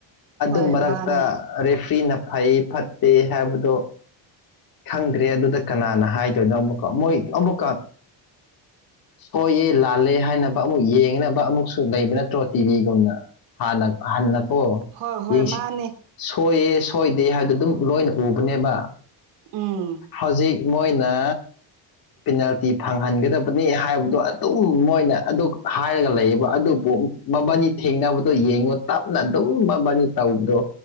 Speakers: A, on the left; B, on the right.
A: ꯑꯗꯨ
B: ꯍꯣꯏ
A: ꯃꯔꯛꯇ
B: ꯃꯥꯅꯦ
A: ꯔꯦꯐ꯭ꯔꯤꯅ ꯐꯩ ꯐꯠꯇꯦ ꯍꯥꯏꯕꯗꯣ ꯈꯪꯗ꯭ꯔꯦ ꯑꯗꯨꯗ ꯀꯅꯥꯅ ꯍꯥꯏꯗꯣꯏꯅꯣ ꯑꯃꯨꯛꯀ ꯃꯣꯏ ꯑꯃꯨꯛꯀ ꯁꯣꯏꯌꯦ ꯂꯥꯜꯂꯦ ꯍꯥꯏꯅꯕ ꯑꯃꯨꯛ ꯌꯦꯡꯅꯕ ꯑꯃꯨꯛꯁꯨ ꯂꯩꯕ ꯅꯠꯇ꯭ꯔꯣ ꯇꯤꯚꯤꯒꯨꯝꯅ ꯍꯥꯟ ꯍꯥꯟ ꯅꯀꯣ
B: ꯍꯣꯏ ꯍꯣꯏ
A: ꯌꯦꯡꯁꯤ
B: ꯃꯥꯅꯦ
A: ꯁꯣꯏꯌꯦ ꯁꯣꯏꯗꯦ ꯍꯥꯏꯕꯗꯨ ꯂꯣꯏꯅ ꯎꯕꯅꯦꯕ
B: ꯎꯝ
A: ꯍꯧꯖꯤꯛ ꯃꯣꯏꯅ ꯄꯤꯅꯥꯜꯇꯤ ꯐꯪꯍꯟꯒꯗꯕꯅꯤ ꯍꯥꯏꯕꯗꯣ ꯑꯗꯨꯝ ꯃꯣꯏꯅ ꯑꯗꯨ ꯍꯥꯏꯔꯒ ꯂꯩꯌꯦꯕ ꯑꯗꯨꯕꯨ ꯃꯕꯥꯅꯤ ꯊꯦꯡꯅꯕꯗꯣ ꯌꯦꯡꯉꯣ ꯇꯞꯅ ꯑꯗꯨꯝ ꯃꯕꯥꯅꯤ ꯇꯧꯕꯗꯣ